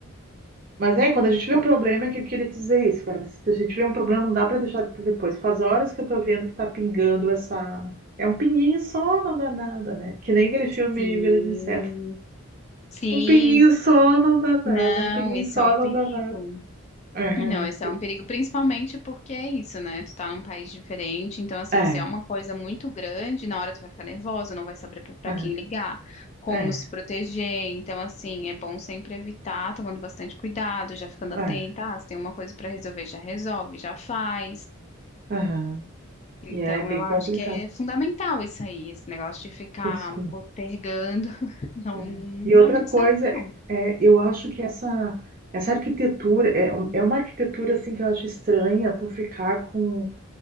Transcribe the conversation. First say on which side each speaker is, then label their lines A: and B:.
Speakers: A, on the right; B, on the left.
A: Mas é, quando a gente vê um problema, é que eu queria dizer isso, cara. Se a gente vê um problema, não dá pra deixar por depois. Faz horas que eu tô vendo que tá pingando essa. É um pinguinho só, não dá nada, né? Que nem aquele filme
B: Sim.
A: Vila de Inseto.
B: Sim.
A: Um pinguinho só não dá nada,
B: Não,
A: um pinguinho
B: isso
A: só
B: é um perigo.
A: não dá nada. É,
B: Não,
A: a gente
B: esse
A: tem.
B: é um perigo, principalmente porque é isso, né? Tu tá num país diferente, então, assim,
A: É,
B: se é uma coisa muito grande, na hora tu vai ficar nervosa, não vai saber pra pra
A: é,
B: quem ligar, como
A: é,
B: se proteger. Então, assim, é bom sempre evitar, tomando bastante cuidado, já ficando atenta.
A: é.
B: Ah, se tem uma coisa pra resolver, já resolve, já faz.
A: aham.
B: Então,
A: E é bem
B: eu acho
A: complicado
B: que é fundamental isso aí, esse negócio de ficar
A: ter isso
B: postergando. <laughs> Não,
A: É.
B: não
A: E outra
B: dá muito
A: coisa,
B: certo, não.
A: é, eu acho que essa, essa arquitetura é, um- é uma arquitetura assim que eu acho estranha tu ficar com.